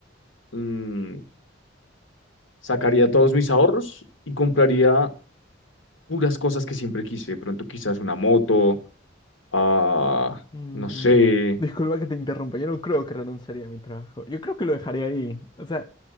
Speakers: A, on the left (about 80°); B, on the left (about 20°).
A: mm, sacaría todos mis ahorros y compraría puras cosas que siempre quise, de pronto quizás una moto, ah,
B: Mm,
A: no sé,
B: disculpa que te interrumpa. Yo no creo que renunciaría a mi trabajo. Yo creo que lo dejaría ahí. O sea,